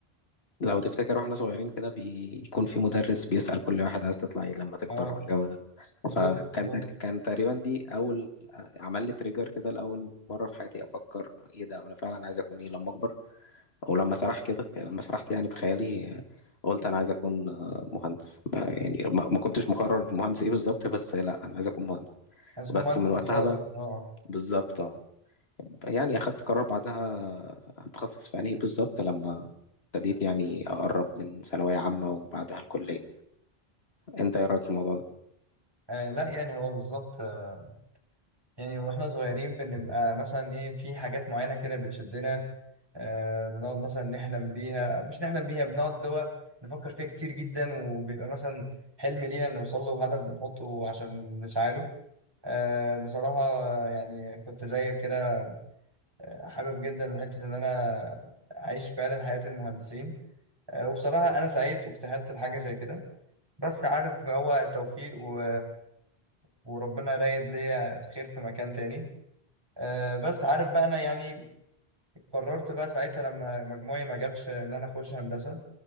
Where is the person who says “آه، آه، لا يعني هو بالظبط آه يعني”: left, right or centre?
Right